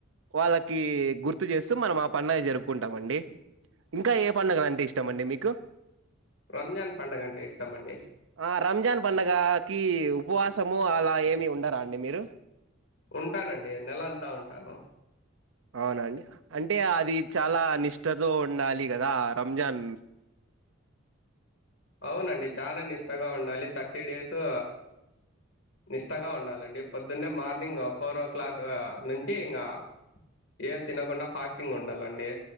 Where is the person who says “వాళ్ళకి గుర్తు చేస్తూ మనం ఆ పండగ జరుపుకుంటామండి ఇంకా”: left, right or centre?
Right